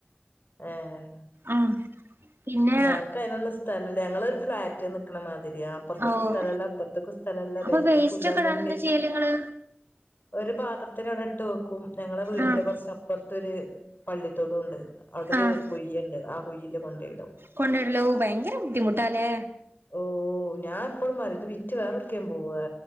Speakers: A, on the left (about 55°); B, on the right (about 65°).
A: ആഹ്
B: ആഹ് പിന്നെ
A: ഞങ്ങക്ക് അതിനൊന്നും സ്ഥലില്ല ഞങ്ങളൊരു ഫ്ലാറ്റിൽ നിക്കണ മാതി രിയ അപ്പുറത്തേക്കും
B: ഓഹ്
A: സ്ഥലില്ല ഇപ്പുറത്തേക്കും സ്ഥലില്ല
B: അപ്പൊ
A: ബാക്ക്ക്കും
B: വേസ്റ്റ്
A: ഇല്ല
B: ഒക്കെ ഇടാൻ
A: മുന്നിൽ
B: എന്താ ചെയ്യല് നിങ്ങള്
A: ഒരു പാത്രത്തി ഇട്ട് വെക്കും ഞങ്ങളെ വീടിന്റെ
B: ആഹ്
A: കുറച് അപ്പുറത്തരു പള്ളിത്തോടും ഉണ്ട് അവിടൊരു
B: ആഹ്
A: കുഴിയൊണ്ട് ആ കുഴീല് കൊണ്ടിടും
B: കൊണ്ടിലു ഭയങ്കര ബുദ്ധിമുട്ടാലേ
A: ഓഹ് എപ്പഴും ഞാൻ പറയും ഇത് വിറ്റ് വേറെ എവിടെക്കേലും പോവാം